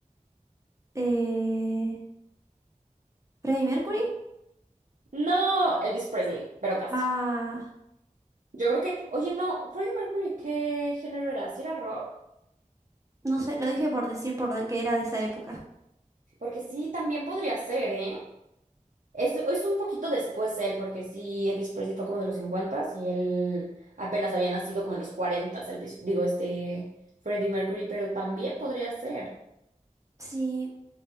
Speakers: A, on the right; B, on the right.
A: Eh, ¿Freddie Mercury?
B: No, Elvis Presley, pero casi.
A: Ah,
B: Yo creo que, oye, no, Freddie Mercury, ¿qué género era? ¿Si era rock?
A: no sé, lo dije por decir por de- que era de esa época.
B: Porque sí, también podría ser, ¿eh? Es, es un poquito después él, porque sí, Elvis Presley fue como de los 50 y él apenas había nacido como en los 40, Elvis, digo, este Freddie Mercury, pero también podría ser.
A: Sí,